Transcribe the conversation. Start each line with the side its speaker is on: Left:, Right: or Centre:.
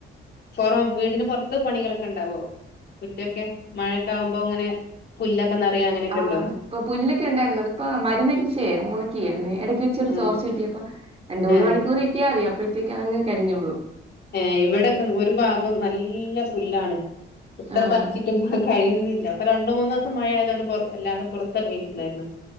Left: പൊറം വീട്ന് പൊർത്ത് പണികളൊക്കെണ്ടാവോ മുറ്റൊക്കെ മഴണ്ടാകുമ്പോ ഇങ്ങനെ പുല്ലൊക്കെ നറയ അങ്ങനെയൊക്കെ
Right: ആഹ്
Left: ഉണ്ടോ
Right: ഇപ്പൊ പുല്ലൊക്കെ ഉണ്ടായിരുന്നു അത് ഇപ്പൊ മരുന്നടിച്ചേ ഉണക്കിയിരുന്നു എടയ്ക്ക് വെച്ചൊരു
Left: ഉം
Right: ചോർച്ച കിട്ടിയ പ്പൊ രണ്ട് മൂന്ന്
Left: ഏഹ്
Right: മണിക്കൂറ് കിട്ടിയാ മതി അപ്പോഴത്തേക്ക്‌ അതാങ്ങ് കരിഞ്ഞോളും
Left: ഏ ഇവിടൊക്കെ ഒരു ഭാഗം നല്ല പുല്ലാണ് എത്ര
Right: ആഹ്
Left: പർച്ചിട്ടും കഴിയുന്നില്ല അപ്പൊ രണ്ട്മൂന്നു ദിവസം മഴ ആയതുകൊണ്ട് വല്ലാതെ പുറത്തിറങ്ങിയിട്ടില്ലായിരുന്നു